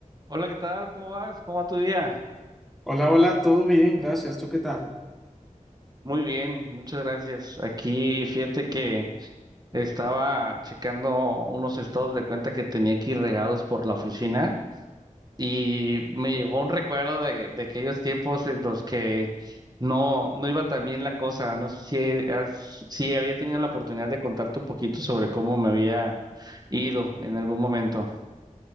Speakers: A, on the right; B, in the centre.
A: Hola, ¿qué tal? ¿Cómo vas? ¿Cómo va tu día?
B: Hola, hola, todo bien, gracias. ¿Tú qué tal?
A: Muy bien, muchas gracias. Aquí fíjate que estaba checando unos estados de cuenta que tenía aquí regados por la oficina y me llegó un recuerdo de, de aquellos tiempos en los que no, no iba tan bien la cosa. No sé si, has- si había tenido la oportunidad de contarte un poquito sobre cómo me había ido en algún momento.